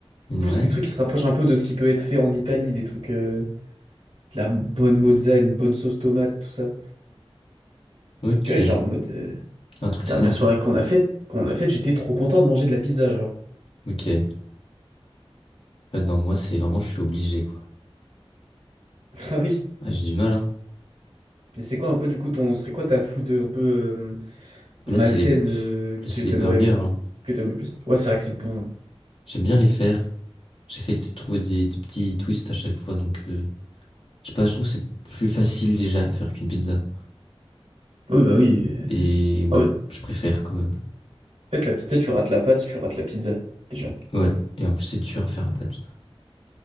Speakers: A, on the left; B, on the right.
A: Ouais.
B: Plus des trucs qui se rapprochent un peu de ce qui peut être fait en Italie, des trucs... euh, de la bonne mozza, une bonne sauce tomate, tout ça.
A: Ok.
B: Tu vois, genre en mode euh,
A: Un truc
B: dernière
A: simple.
B: soirée qu'on a faite, qu'on a faite, j'étais trop content de manger de la pizza, genre.
A: Ok. Ouais, non, moi, c'est vraiment, je suis obligé, quoi.
B: <laughs> Ah oui.
A: Ah, j'ai du mal, hein.
B: Et c'est quoi un peu du coup ton, serait quoi ta food euh, un peu euh,
A: Là,
B: malsaine
A: c'est les, pff,
B: euh,
A: là,
B: que
A: c'est
B: t'aimerais,
A: les burgers, hein.
B: que t'aimes le plus? Ouais, c'est vrai que c'est bon.
A: J'aime bien les faire. J'essaye de trouver des, des petits twists à chaque fois, donc... euh, Je sais pas, je trouve que c'est plus facile déjà à faire qu'une pizza.
B: Oui, bah oui. euh.
A: Et ouais,
B: En fait,
A: je préfère quand même.
B: en fait, la pizza, tu rates la pâte, tu rates la pizza, déjà.
A: Ouais, et en plus c'est dur à faire la pâte, putain.